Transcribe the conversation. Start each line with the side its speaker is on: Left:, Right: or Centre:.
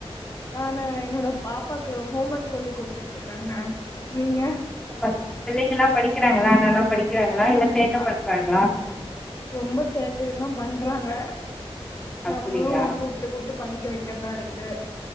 Left: நானு என்னோட பாப் ப்பாக்கு ஹோம் ஒர்க் சொல்லி குடுத்துட்டு இருக்காங்க நீங்க
Centre: அ பிள்ளைங்கல்லா படிக்கிறாங்களா நல்லா படிக்கிறாங்களா இல்ல சேட்ட
Left: அ
Centre: பண்றாங்களா
Left: ரொம்ப சேட்டையுதா பண்றாங்க
Centre: அப்டியா
Left: நம்மளு கூப்புட்டு கூப்புட்டு படி க்க வைக்கிறதா இருக்கு